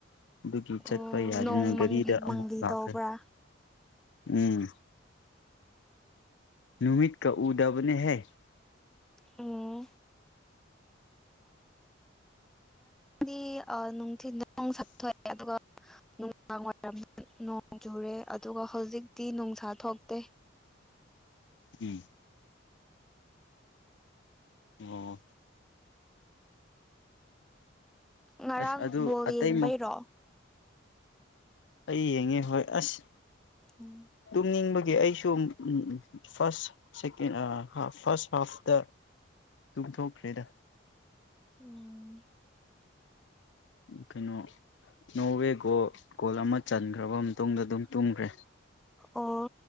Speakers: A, on the left (about 70°); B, in the centre.
A: ꯑꯗꯨꯒꯤ ꯆꯠꯄ
B: ꯑꯣ
A: ꯌꯥꯗꯨꯅ
B: ꯅꯣꯡ
A: ꯒꯥꯔꯤꯗ
B: ꯃꯪꯂꯤ
A: ꯑꯃꯨꯛ
B: ꯃꯪꯂꯤ
A: ꯂꯥꯛꯈ꯭ꯔꯦ
B: ꯇꯧꯕ꯭ꯔꯥ
A: ꯎꯝ ꯅꯨꯃꯤꯠ ꯀ ꯎꯗꯥꯕꯅꯦ ꯍꯦ
B: ꯑꯣ ꯗꯤ ꯑꯥ ꯅꯨꯡꯊꯤꯟꯗ ꯅꯨꯡꯁ ꯊꯣꯛꯑꯦ ꯑꯗꯨꯒ ꯅꯨꯡꯗꯥꯡ ꯋꯥꯏꯔꯝꯗ ꯅꯣꯡ ꯆꯨꯔꯦ ꯑꯗꯨꯒ ꯍꯧꯖꯤꯛꯇꯤ ꯅꯨꯡꯁꯥ ꯊꯣꯛꯇꯦ
A: ꯎꯝ ꯑꯣ
B: ꯉꯔꯥꯡ
A: ꯑꯁ ꯑꯗꯨ
B: ꯕꯣꯜ
A: ꯑꯇꯩ
B: ꯌꯦꯡꯕꯩꯔꯣ
A: ꯑꯩ ꯌꯦꯡꯉꯦ ꯍꯣꯏ ꯑꯁ
B: ꯎꯝ
A: ꯇꯨꯝꯅꯤꯡꯕꯒꯤ ꯑꯩꯁꯨ ꯎꯝ ꯎꯝ ꯐꯥꯔꯁ ꯁꯦꯀꯦꯟ ꯍꯥ ꯐꯥꯔꯁ ꯍꯥꯐꯇ ꯇꯨꯝꯊꯣꯛꯈ꯭ꯔꯦꯗ
B: ꯎꯝ
A: ꯀꯩꯅꯣ ꯅꯣ ꯋꯦ ꯒꯣꯜ ꯒꯣꯜ ꯑꯃ ꯆꯟꯈ꯭ꯔꯕ ꯃꯇꯨꯡꯗ ꯑꯗꯨꯝ ꯇꯨꯝꯈ꯭ꯔꯦ
B: ꯑꯣ